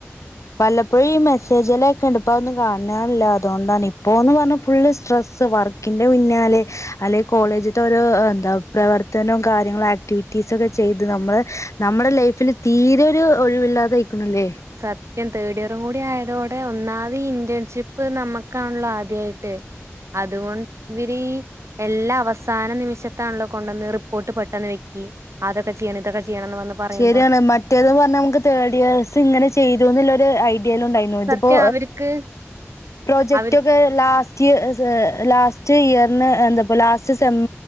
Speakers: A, on the left; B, on the right.
A: വല്ലപ്പോഴി മെസ്സേജില ഒക്കെ ഇണ്ട്പ്പ ഒന്ന് കാണ <unintelligible> അതോണ്ടാണ് ഇപ്പൊന്ന് പറഞ്ഞ ഫുൾ സ്‌ട്രെസ് വർക്കിന്റെ പിന്നാലെ അല്ലെ കോളേജിൽത്തെ ഓരോ പ്രേവർത്താനോം കാര്യങ്ങളും ആക്ടിവിറ്റീസും ഒക്കെ ചെയ്ത് നമ്മള് നമ്മടെ ലൈഫില് തീ <unintelligible> ഒരു ഒഴിവില്ലാതെ ആയിക്കണൂലെ
B: സത്യം തേർഡ് ഇയറും കൂടി ആയതോടെ ഒന്നാമത് ഇന്റേൺഷിപ്പ് നമ്മുക്കാണല്ലോ ആദ്യായിട്ട് അതുകൊ <unintelligible> എല്ലാം അവസാന നിമിഷത്താണല്ലോ കൊണ്ടുവന്ന് റിപ്പോർട്ട് പെട്ടെന്ന് വെക്കി അതൊക്കെ ചെയ്യണം ഇതൊക്കെ ചെയ്യണംന്ന് വന്ന് പറയുമ്പോ
A: ശരിയാണ് മറ്റേത്ന്ന് പറഞ്ഞാ നമുക്ക് തേർഡ് യേർസ് ഇങ്ങനെ ചെയ്തുന്നൊള്ളരു ഐ <unintelligible> ഇതിപ്പോ
B: സത്യം അവർക്ക്
A: പ്രോജക്റ്റ്
B: അവർ
A: ഒക്കെ ലാസ്റ്റ് ലാസ്റ്റ് ഇയറിന് എന്താ ലാസ്റ്റ് സേം